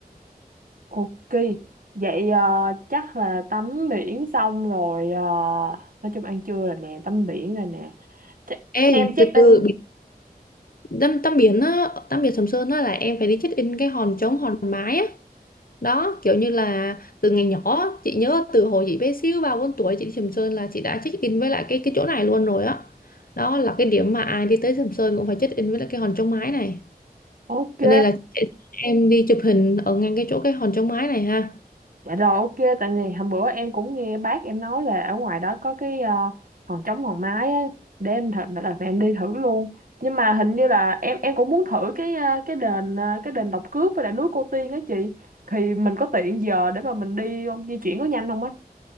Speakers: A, on the right; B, on the left.
A: Ok. Vậy à, chắc là tắm biển xong rồi à, nói chung ăn trưa rồi nè, tắm biển rồi nè. Ch cho
B: Ê,
A: em check
B: từ
A: in.
B: từ biển- tắm tắm biển á, tắm biển Sầm Sơn á là em phải đi check in cái hòn trống hòn mái á. đó kiểu như là từ ngày nhỏ chị nhớ từ hồi chị bé xíu ba bốn tuổi chị đi Sầm Sơn là chị đã check in với lại cái cái chỗ này luôn rồi á đó. là cái điểm mà ai đi tới Sầm Sơn cũng phải check in với lại cái hòn chống mái này
A: Ok.
B: cho nên là chị em đi chụp hình ở ngang cái chỗ cái hòn chống mái này ha
A: Dạ rồi ok tại vì hôm bữa em cũng nghe bác em nói là ở ngoài đó có cái ờ, hòn trống hòn mái á để em thật là em đi thử luôn nhưng mà hình như là em em cũng muốn thử cái ờ, cái đền ờ, cái đền Độc Cước với lại núi Cô Tiên á chị thì mình có tiện giờ để mà mình đi không di chuyển có nhanh không á